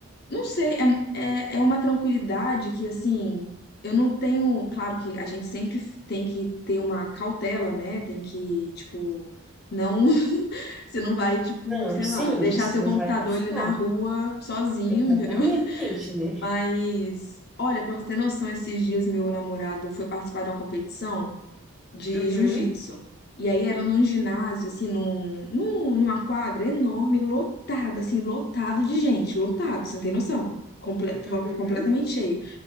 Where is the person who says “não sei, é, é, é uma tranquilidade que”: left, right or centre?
Left